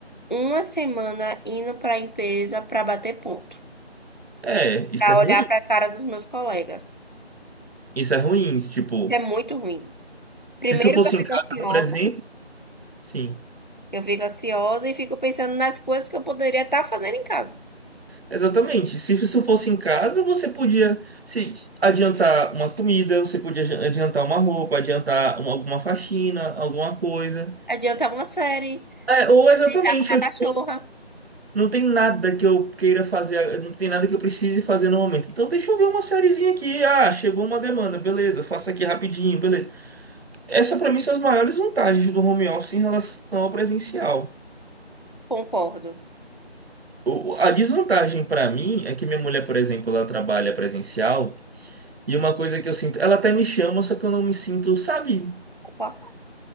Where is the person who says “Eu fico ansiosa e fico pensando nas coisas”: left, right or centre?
Left